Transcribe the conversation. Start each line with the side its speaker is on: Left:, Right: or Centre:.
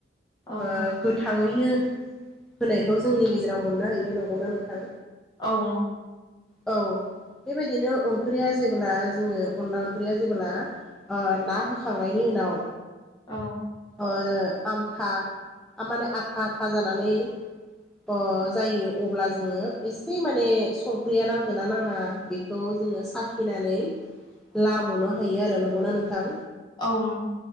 Left: औ
Centre: ओ गोथाङैनो होनायखौ जोंनि गेजेराव मोननो हायो नंगौ ना नोंथां?
Left: औ नं
Centre: औ बेबायदिनो ओंख्रिया जेबोला जोङो अनला ओंख्रिया जेबोला ओ ना होखांनायनि ओनाव
Left: औ
Centre: ओ आमथा आ माने आथा आथा जानानै अ जायो अब्ला जोङो एसे माने संख्रिया नांदोना नाङा बेखौ जोङो साखिनानै लाबोनो थायो आरो नंगौ ना नोंथां?
Left: औ नं